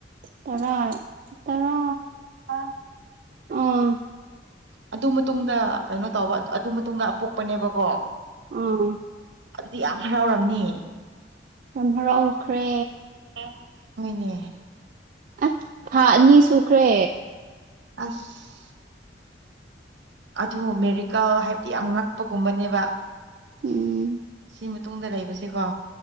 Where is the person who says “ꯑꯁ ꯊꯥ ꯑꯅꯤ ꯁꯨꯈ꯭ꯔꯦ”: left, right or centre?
Right